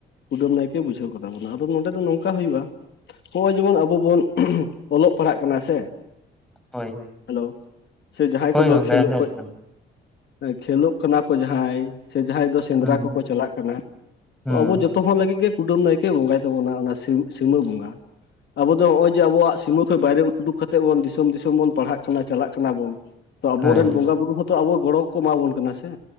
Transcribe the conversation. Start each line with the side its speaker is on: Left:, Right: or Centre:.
Left: ᱠᱩᱰᱟᱹᱢ ᱱᱟᱭᱠᱮ ᱵᱩᱡᱷᱟᱹᱣ ᱠᱟᱛᱟ ᱵᱚᱱᱟ ᱟᱫᱚ ᱱᱚᱰᱮ ᱫᱚ ᱱᱚᱝᱠᱟ ᱦᱩᱭᱩᱜᱼᱟ ᱦᱚᱭ ᱡᱮᱢᱚᱱ ᱟᱵᱚ ᱵᱚᱱ ᱚᱞᱚᱜ ᱯᱟᱲᱦᱟᱜ ᱠᱟᱱᱟ ᱥᱮ
Centre: ᱦᱳᱭ
Left: ᱦᱮᱞᱳ ᱥᱮ ᱡᱟᱦᱟᱸᱭ
Centre: ᱦᱳᱭ
Left: ᱠᱚᱫᱚ
Centre: ᱜᱚᱝᱠᱮ
Left: ᱠᱷᱮᱞᱳᱜ
Centre: ᱟᱸᱡᱚᱢᱚᱜ
Left: ᱠᱚ
Centre: ᱠᱟᱱᱟ
Left: ᱠᱷᱮᱞᱳᱜ ᱠᱟᱱᱟ ᱠᱚ ᱡᱟᱦᱟᱸᱭ ᱥᱮ ᱡᱟᱦᱟᱸᱭ ᱫᱚ ᱥᱮᱸᱫᱽᱨᱟ
Centre: ᱦᱩᱸ
Left: ᱠᱚᱠᱚ ᱪᱟᱞᱟᱜ ᱠᱟᱱᱟ
Centre: ᱦᱩᱸ
Left: ᱟᱵᱚ ᱡᱚᱛᱚ ᱡᱚᱛᱚ ᱦᱚᱲ ᱞᱟᱹᱜᱤᱫ ᱜᱮ ᱠᱩᱰᱟᱹᱢ ᱱᱟᱭᱠᱮ ᱵᱚᱸᱜᱟᱭ ᱛᱟᱵᱚᱱᱟ ᱚᱱᱟ ᱥᱤᱢ ᱥᱤᱢᱟᱹ ᱵᱚᱸᱜᱟ᱾ ᱟᱵᱚ ᱫᱚ ᱱᱚᱜ ᱚᱭ ᱡᱮ ᱟᱵᱚᱣᱟᱜ ᱥᱤᱢᱟᱹ ᱠᱷᱚᱱ ᱵᱟᱭᱨᱮ ᱩᱰᱩᱠ ᱠᱟᱛᱮᱜ ᱵᱚᱱ ᱫᱤᱥᱚᱢ ᱫᱤᱥᱚᱢ ᱵᱚᱱ ᱯᱟᱲᱦᱟᱜ ᱠᱟᱱᱟ ᱪᱟᱞᱟᱜ ᱠᱟᱱᱟ ᱵᱚᱱ᱾ ᱛᱚ ᱟᱵᱚᱨᱮᱱ
Centre: ᱦᱳᱭ
Left: ᱵᱚᱸᱜᱟ ᱵᱩᱨᱩ ᱦᱚᱸᱛᱚ ᱟᱵᱚ ᱜᱚᱲᱚ ᱠᱚ ᱮᱢᱟ ᱵᱚᱱ ᱠᱟᱱᱟ ᱥᱮ᱾